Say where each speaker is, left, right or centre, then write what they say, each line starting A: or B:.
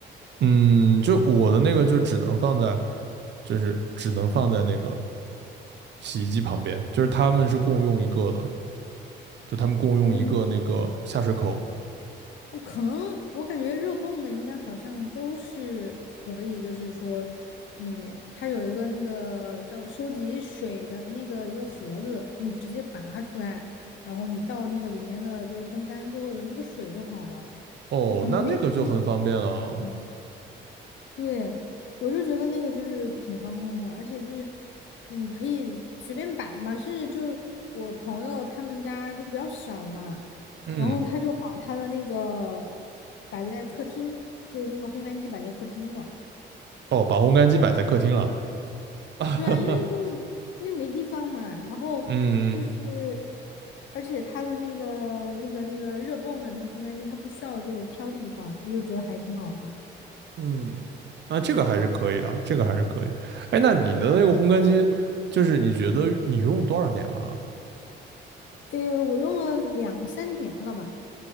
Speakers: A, on the right; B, on the left.
A: 嗯，就我的那个就只能放在，就是只能放在那个洗衣机旁边，就是他们是共用一个的。就他们共用一个那个下水口。
B: 哦我可能我感觉热泵的应该好像都是可以，就是说你它有一个那个叫收集水的那个一个盒子，你直接拔出来，然后你倒那个里面的就是烘干之后的那个水就好了。
A: 哦，
B: 你可能没注意，
A: 那那个就很方便了。
B: 嗯对，我就觉得那个就是挺方便的，而且就是你可以随便摆嘛，甚至就是我朋友他们家就比较小嘛，
A: 嗯，
B: 然后他就把他的那个摆在客厅，就是那个烘干机摆在客厅的。
A: 哦，把烘干机摆在客厅了。<laughs>
B: 对啊，因为就是因为没地方嘛，然后就是，
A: 嗯
B: 而且它的那个那个那个热泵的那个烘干机，它不需要就是挑地方，我就觉得还挺好的。
A: 嗯，那这个还是可以啊，这个还是可以。哎，那你的那个烘干机，就是你觉得你用多少年了啊？
B: 呃，我用了两三年了吧。